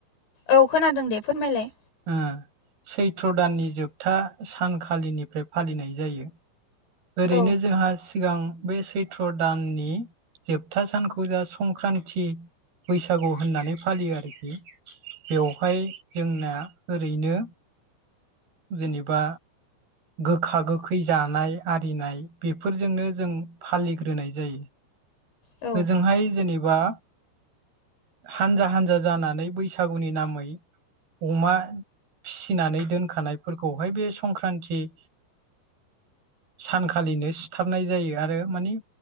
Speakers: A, on the left; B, on the right.
A: औ खोनादों दे फोरमायलाय
B: ओ सैथ्र दाननि जोबथा सानखालिनिफ्राय फालिनाय जायो ओरैनो
A: औ
B: जोंहा सिगां बे सैत्र दाननि जोबथा सानखौ जा संक्रान्ति बैसागु होननानै फालियो आरोखि बेवहाय जोंना ओरैनो जेनेबा गोखा गोखै जानाय आरिनाय बेफोरजोंनो जों फालिग्रोनाय जायो
A: औ
B: ओजोंहाय जेने बा हानजा हानजा जानानै बैसागुनि नामै अमा फिसिनानै दोनखानायफोरखौहाय बे संक्रान्ति सानखालिनो सिथारनाय जायो आरो माने